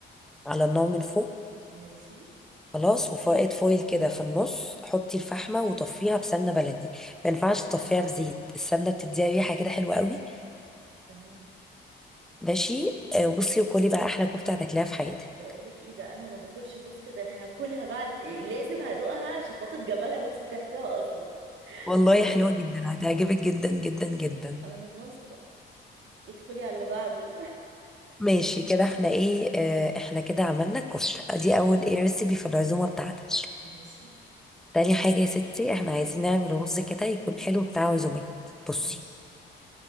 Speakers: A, in the centre; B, on the right.
A: على النار من فوق
B: ماشي
A: خلاص وفائد فويل كده في النص حطي الفحمة وطفيها بسمنة بلدي ما ينفعش تطفيها بزيت السمنة بتديها ريحة كده حلوة قوي
B: تمام
A: ماشي آه بصي وكلي بقى احلى كفتة هتاكليها في حياتك
B: بقول لك ايه ده انا ما باكلش كفته ده انا هاكلها بعد إيه، لازم هدوقها عشان خاطر جمالها وانت بتحكيها اصلا <laughs>
A: والله
B: ايه
A: حلوة
B: ده
A: جدا هتعجبك جدا جدا جدا
B: انا واثقه ادخلي على اللي بعده
A: ماشي كده احنا ايه اه احنا كده عملنا الكفتة دي اول ايه ريسيبي في العزومة بتاعتك
B: <laughs> ماشي
A: تاني حاجة يا ستي احنا عايزين نعمل رز كده يكون حلو بتاع عزومات بصي
B: ماشي